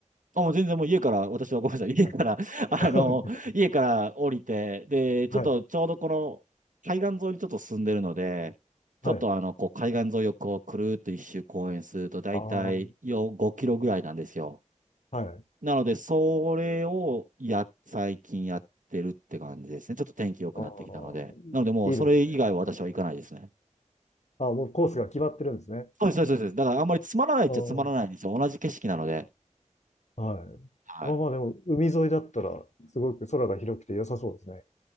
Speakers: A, on the right; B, on the left.
A: あ、もう全然もう家から、私はごめんなさい。家から、
B: はい。
A: <laughs> あの、
B: <laughs>
A: 家から降りて、で、ちょっとちょうどこの海岸沿いにちょっと住んでるので、
B: はい。
A: ちょっとあの、
B: はい。
A: こう海岸沿いをこうくるーっと一周公園するとだいたいよ5キロぐらいなんですよ。
B: ああ、はい。
A: なので、それをや、最近やってるって感じですね。ちょっと天気良くなってきたので。
B: ああ、
A: なのでもうそれ以外は私は行かないですね。
B: いいですね。ああ、もうコースが決まってるんですね。
A: そうです、そうです、そうです。だからあんまりつまらないっちゃつまらないんですよ。
B: ああ、
A: 同じ景色なので。
B: はい。
A: はい。
B: まあまあでも海沿いだったらすごく空が広くて良さそうですね。